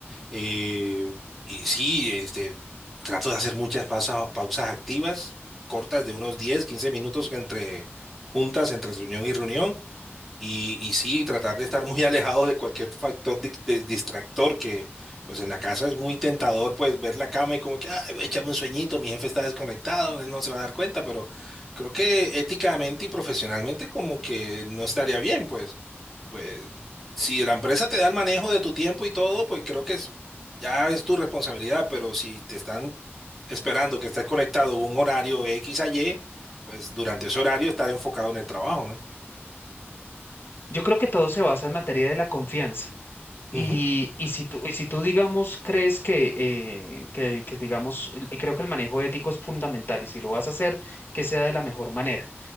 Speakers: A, in the centre; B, on the left (about 55°).
A: Eh, y sí, este, trato de hacer muchas pausa- pausas activas, cortas de unos 10 15 minutos entre juntas, entre reunión y reunión. Y, y sí, tratar de estar muy <laughs> alejados de cualquier factor dic- de- distractor, que pues en la casa es muy tentador, pues ver la cama y como que, ay, échame un sueñito, mi jefe está desconectado, él no se va a dar cuenta, pero creo que éticamente y profesionalmente como que no estaría bien, pues, pues si la empresa te da el manejo de tu tiempo y todo, pues creo que es- ya es tu responsabilidad, pero si te están esperando que estés conectado a un horario X a Y, pues durante ese horario estar enfocado en el trabajo, ¿no?
B: Yo creo que todo se basa en materia de la confianza. Y,
A: Ujú.
B: y si tú, y si tú, digamos, crees que, eh, que, que, digamos, el- creo que el manejo ético es fundamental y si lo vas a hacer, que sea de la mejor manera.